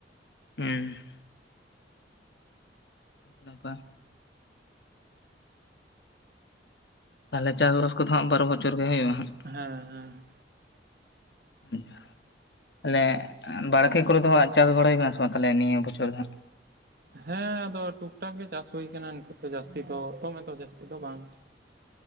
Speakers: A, on the left (about 70°); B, on the right (about 55°).
A: <unintelligible> ᱟᱵᱵᱟ ᱛᱟᱦᱞᱮ ᱪᱟᱥ ᱵᱟᱥ ᱠᱚᱫᱚ ᱦᱟᱸᱜ ᱵᱟᱨᱚ ᱵᱚᱪᱷᱚᱨ ᱜᱮ ᱦᱩᱭᱩᱜᱼᱟ ᱦᱟᱸᱜ᱾
B: ᱦᱮᱸ ᱦᱮᱸ
A: <unintelligible> ᱛᱟᱞᱦᱮ ᱵᱟᱲᱠᱮ ᱠᱚᱨᱮ ᱫᱚ ᱦᱟᱸᱜ ᱪᱟᱥ ᱵᱟᱲᱟᱭ ᱠᱟᱱᱟ ᱥᱮ ᱵᱟᱝ ᱛᱟᱦᱚᱞᱮ ᱱᱤᱭᱟᱹ ᱵᱚᱪᱷᱚᱨ ᱫᱚ ᱾
B: ᱦᱮᱸ ᱟᱫᱚ ᱴᱩᱠ ᱴᱟᱠ ᱜᱮ ᱪᱟᱥ ᱦᱩᱭ ᱠᱟᱱᱟ ᱱᱤᱛᱚᱜ ᱠᱚ ᱡᱟᱹᱥᱛᱤ ᱠᱚ ᱠᱚᱢᱮ ᱠᱚ ᱡᱟᱹᱥᱛᱤ ᱠᱚ ᱵᱟᱝ᱾